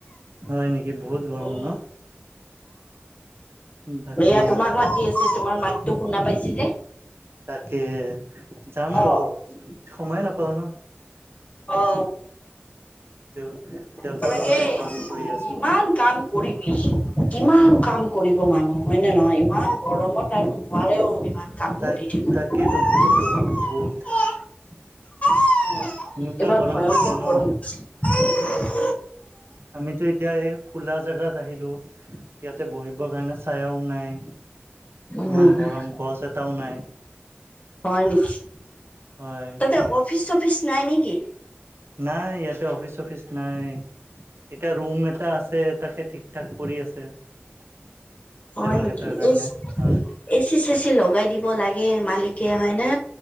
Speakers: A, on the right; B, on the left.
A: হয় নেকি বহুত গৰম
B: উম।
A: ন বাকী
B: এয়া তোমাক মাতি আছে। তোমাৰ মাতটো শুনা পাইছি যে।
A: তাকে। যাম ৰ'বা।
B: অ
A: সময়ে নাপাওঁ ন'।
B: অ'।
A: দেউ দেউতাৰ
B: <unintelligible> লাগে
A: লগতে কাম কৰি আছো
B: কিমান কাম কৰিবি? কিমান কাম কৰি মানুহ হয় নে নহয় ইমান গৰমত আৰু নোৱাৰেও ইমান কাম
A: তাক
B: কৰি থাক
A: তাকেতো
B: <unintelligible>
A: বহুত গৰম বহুত <inaudible>
B: <unintelligible>
A: এনেকুৱা
B: এইবাৰ
A: গৰম
B: ভয়ংকৰ
A: দিছে ন
B: গৰম <unintelligible>
A: আমিটো এতিয়া এই খোলা জাগাত আহিলো। ইয়াতে বহিবৰ কাৰণে চায়াও নাই।
B: উম,
A: ইমান গৰম গছ এটাও নাই।
B: হয় নেকি?
A: হয়
B: তাতে অফিচ-চফিচ নাই নে কি?
A: নাই ইয়াতে অফিচ অফিচ নাই এতিয়া ৰুম এটা আছে, তাকে ঠিক-ঠাক কৰি আছে। <inaudible>
B: হয় নেকি?
A: কেইটাৰ কাৰণে
B: এচ
A: হয়
B: এচি-চেচি লগাই দিব লাগে মালিকে, হয় না?